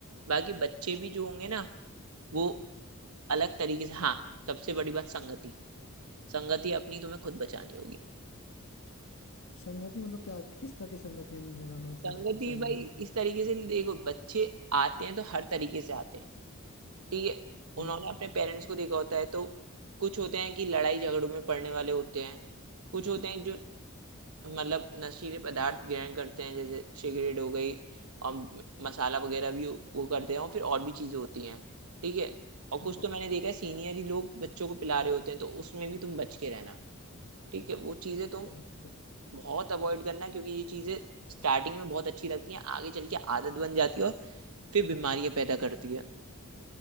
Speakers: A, on the right (about 80°); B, on the left (about 65°).
A: बाकी बच्चे भी जो होंगे ना वो अलग तरीके से हाँ सबसे बड़ी बात संगति संगति अपनी तुम्हें खुद बचानी होगी
B: संगति मतलब क्या किस तरह की संगति में रहना चाहिए
A: संगति
B: चाहिए
A: भाई
B: मुझे
A: इस तरीके से देखो बच्चे आते हैं तो हर तरीके से आते हैं ठीक है
B: हम्म
A: उन्होंने अपने पेरेंट्स को देखा होता है तो कुछ होते हैं कि लड़ाई झगड़ों में पड़ने वाले होते हैं कुछ होते हैं जो मतलब नशीले पदार्थ ग्रहण करते हैं जैसे सिगरेट हो गई और म- मसाला वगैरह भी वो करते हैं और फिर और भी चीजें होती हैं ठीक है और
B: हाँ
A: कुछ तो मैंने देखा है सीनियर ही लोग बच्चों को पिला रहे होते हैं तो उसमें भी तुम बच के रहना ठीक है वो चीजें तुम
B: ओके
A: बहुत अवॉइड करना क्योंकि ये चीजें स्टार्टिंग में बहुत अच्छी लगती हैं आगे चल के आदत बन जाती है और फिर बीमारियां पैदा करती है